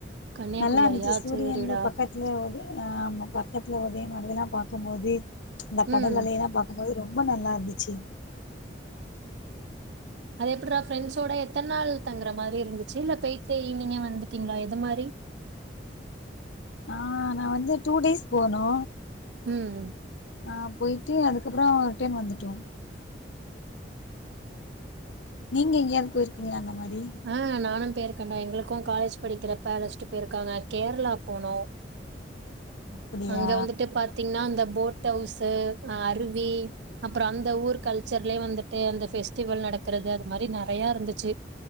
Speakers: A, on the right (about 70°); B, on the left (about 85°).
A: கன்னியாகுமரியா
B: நல்லா இருந்துச்சி சூரியனு
A: சேரிடா
B: பக்கத்துல உத ஆ ஆமா பக்கத்துல உதயமானதெல்லா பா க்கும்போதே இந்த கடல்லலை
A: ம்
B: இல்லா பாக்கு து ரொம்ப நல்லா இருந்துச்சி
A: அது எப்பிடார ஃப்ரெண்ட்ஸோட எத்தன நாள் தங்கற மாரி இருந்துச்சி இல்ல போயிட்டு ஈவ்னிங் வந்துட்டீங்களா எது மாரி
B: ஆ நா வந்து டூ டேஸ் போனோ
A: ம்
B: ஆ போயிட்டு அதுக்கப்புறோ ரிட்டே வந்துட்டோ நீங்க எங்கேயாது போயிருக்கீங்களா மாரி
A: ஆ நானு போயிருக்கண்டா எங்களுக்கு காலேஜ் படிக்கிறப்ப அலஸ்டு போயிருக்காங்க கேரளா போனோ
B: அப்படியா
A: அங்க வந்துட்டு பாத்தீங்கன்னா அந்த போட் ஹவுஸ்ஸு அ அருவி அப்புறோ அந்த ஊர் கல்ச்சர்லயே வந்துட்டு அந்த பெஸ்டிவல் நடக்கிறத அது மாரி நெறைய இருந்துச்சி